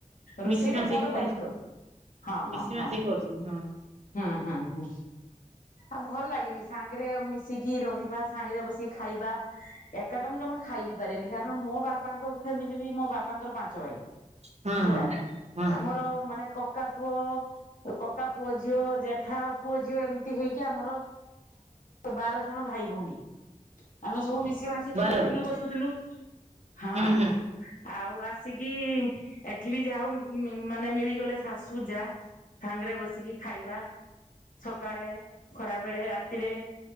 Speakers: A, on the left (about 85°); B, on the right (about 55°).
A: ରୋଷେଇ
B: ମିଶି ମାଶିକି
A: ଟା ମୋର
B: କରୁଛନ୍ତି
A: ଦାୟିତ୍ଵ ହଁ
B: ମିଶି
A: ହଁ
B: ମାଶିକି
A: ହଁ।
B: ହଁ।
A: ହୁଁ ହୁଁ ହୁଁ। ଆଉ ଭଲ ଲାଗିବି ସାଙ୍ଗରେ ମିଶିକି ରହିବା ସାଙ୍ଗରେ ବସିକି ଖାଇବା ଏକାଦମ ଜମା ଖାଇବି ପାରେନି କାରଣ ମୋ ବାପାଙ୍କ। ଫାମିଲି ବି ମୋ ବାପା। ବାପାଙ୍କର ପାଞ୍ଚ ଭାଇ
B: ହଁ
A: ହେଲା
B: ହଁ। ହଁ
A: ଆମର ମାନେ କକା ପୁଅ କକା ପୁଅ। ଯ ଜେଠା ପୁଅ ଝିଅ। ହୋଇକି ଆମର। ବାର ଜଣ ଭାଇ ଭଉଣୀ ଆମେ ସବୁ ମିଶି ମାସିି
B: ବରଗଡ଼
A: ଖାଉଥିଲୁ ବସୁଥିଲୁ ହଁ
B: ହୁଁ ହୁଁ
A: ଆଉ ଆସିକି ଏଠି ବି ଯାଉ ମାନେ ମିଳିଗଲେ ଶାଶୁ ଯା ସାଙ୍ଗରେ ବସିକି। ଖାଇବା ସକାଳେ ଖରାବେଳେ ରାତି। ଥିରେ।